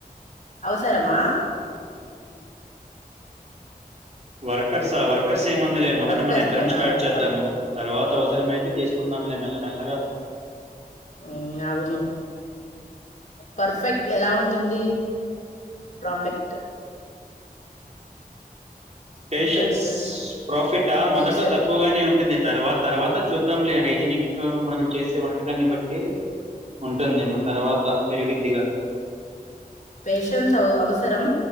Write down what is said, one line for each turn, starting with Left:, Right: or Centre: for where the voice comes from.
Left: అవసరమా
Right: వర్కర్స్ ఆ వర్కర్స్ స్ ఏం ముంది లే మొదట
Left: వర్కర్స్
Right: మన ఇద్దరం స్టార్ట్
Left: ఆ,
Right: చేద్దాము,
Left: వర్క్
Right: తర్వాత అవసరం అయితే తీస్. కున్నాం లే మెల్ల మెల్లగా
Left: హు అవును పర్ఫెక్ట్ ఎలా ఉంటుంది పర్ఫెక్ట్
Right: పేషెన్స్
Left: పర్ఫెక్ట్
Right: ప్రాఫిటా
Left: పేషెంట్
Right: మొదట తక్కువగానే ఉంటుంది తర్వా త తర్వాత చూద్దాం లే హైజనిక్ మన చేసే వంటకాన్ని బట్టి ఉంటుందేమో తర్వాత పెరిగిద్దిగా
Left: పేషన్స్ అవసరం